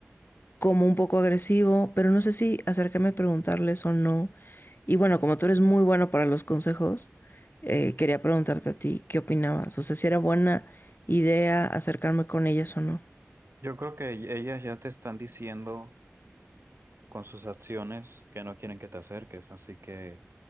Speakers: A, on the left (about 45°); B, on the right (about 60°).
A: como un poco agresivo, pero no sé si acercarme a preguntarles o no. Y bueno, como tú eres muy bueno para los consejos, eh, quería preguntarte a ti qué opinabas. O sea, si era buena idea acercarme con ellas o no.
B: Yo creo que ellas ya te están diciendo con sus acciones que no quieren que te acerques, así que